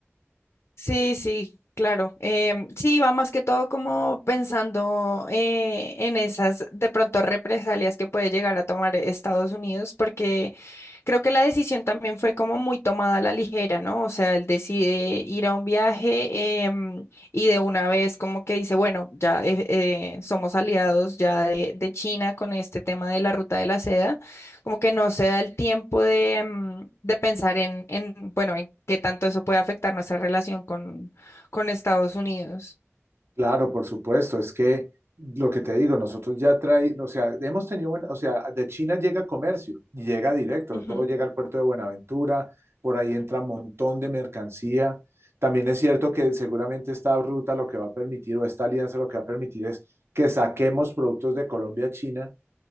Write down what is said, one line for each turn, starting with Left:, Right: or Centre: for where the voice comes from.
Left: Sí, sí, claro. Em, sí, va más que todo como pensando eh, en esas de pronto represalias que puede llegar a tomar Estados Unidos, porque creo que la decisión también fue como muy tomada a la ligera, ¿no? O sea, él decide ir a un viaje em, y de una vez como que dice, bueno, ya eh, eh, somos aliados ya de, de China con este tema de la ruta de la seda como que no se da el tiempo de, mm, de pensar en, en, bueno, en qué tanto eso puede afectar nuestra relación con, con Estados Unidos.
Right: Claro, por supuesto, es que lo que te digo, nosotros ya trae, o sea, hemos tenido, buen- o sea, de China llega comercio, y llega directo,
Left: Ujú.
Right: todo llega al puerto de Buenaventura, por ahí entra un montón de mercancía. También es cierto que seguramente esta ruta lo que va a permitir o esta alianza lo que va a permitir es que saquemos productos de Colombia a China